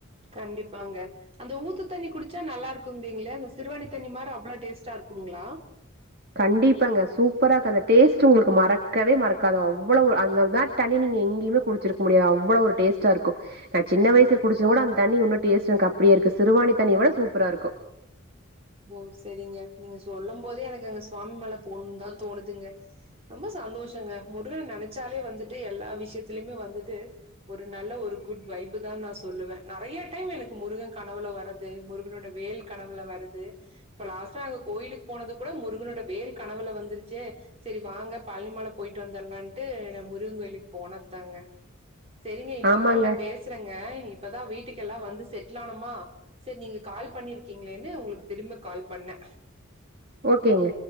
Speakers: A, on the right; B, on the right.
A: கண்டிப்பாங்கே அந்த ஊத்து தண்ணி குடிச்சா நல்லா இருக்குங்கிறீங்ளே அந்த சிறுவாணி தண்ணி மாரி அவ்ளோ டேஸ்ட்டா இருக்குங்ளா
B: கண்டிப்பாங்கே சூப்பராருக்கு அந்த டேஸ்ட் உங்ளுக்கு மறக்கவே மறக்காது அவ்வளோவ் அந் தேட் தண்ணி நீங்கே எங்கிய்யுமே குடிச்சிருக்க முடியாது அவ்வளவ் ஒரு டேஸ்டாருக்கு நா சின்ன வயசில் குடிச்சது கூட அந்த தண்ணி உன்னு டேஸ்ட் எனக் அப்பிடியே இருக்கு சிறுவாணி தண்ணி வுட சூப்பராருக்கு
A: ஓ சரிங்கே நீங்கே சொல்லு போதே எனக் அங்கே சுவாமி மல போணுன் தா தோணுதுங்கே ரொம்ப சந்தோஷங்கே முருகன் நெனைச்சாலே வந்துட்டு எல்லா விஷியத்திலயுமே வந்துட்டு ஒரு நல்ல ஒரு குட் வைபு தா நா சொல்லுவே நெறைய டைம் எனக்கு முருகன் கனவுலே வரது து முருகனோட வேல் கனவுலே வரது இப்ப லாஸ்டா அங்கே கோயிலுக்கு போனதுக் கூட முருகனோட வேல் கனவுலே வந்துருச்சே செரி வாங்கே பழனிமலை போயிட்டு வந்தர்லான்ட்டு நா முருகன் கோவிலுக் போனத்தாங்க செரிங்க இன்னொரு
B: ஆமாங்க.
A: நாள் நா பேச றங்க இப்பதா வீட்டுக்கெல்லா வந்து செட்டில் ஆனமா செரி நீங்கே கால் பண்ணிருக்கீங்ளேன்னு உங்ளுக் திரும்ப கால் பண்ணே
B: ஓகேங்க